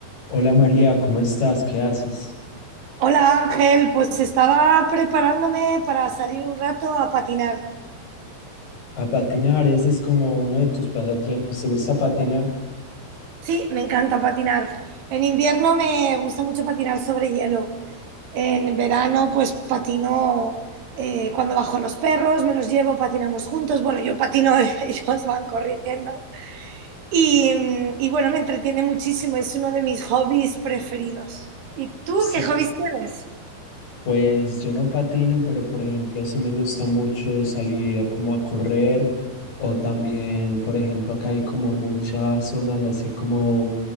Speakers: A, on the left (about 55°); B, on the right (about 80°).
A: Hola María, ¿cómo estás? ¿Qué haces?
B: Hola Ángel, pues estaba preparándome para salir un rato a patinar.
A: A patinar, ese es como uno de tus pasatiempos. ¿Te gusta patinar?
B: Sí, me encanta patinar. En invierno me gusta mucho patinar sobre hielo. En verano pues patino eh, cuando bajo los perros, me los llevo, patinamos juntos. Bueno, yo patino, <laughs> ellos van corriendo. Y, mm, y bueno, me entretiene muchísimo, es uno de mis hobbies preferidos. ¿Y tú
A: Sí.
B: qué hobbies tienes?
A: Pues yo no patino, pero por ejemplo sí me gusta mucho salir a como a correr o también, por ejemplo, acá hay como muchas zonas, así como